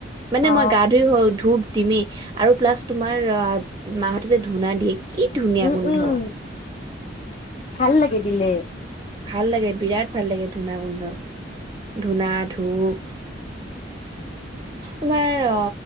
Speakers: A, on the right; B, on the left.
A: মানে
B: অ
A: মই গা ধুই হ ধূপ দিমি আৰু প্লাছ তোমাৰ মাহতে যে ধূনা দিয়ে কি ধুনীয়া
B: উম
A: গোন্ধ।
B: উম ভাল লাগে দিলে।
A: ভাল লাগে বিৰাট ভাল লাগে ধূনা গোন্ধ ধূনা ধূপ।
B: <inaudible>
A: তোমাৰ অ,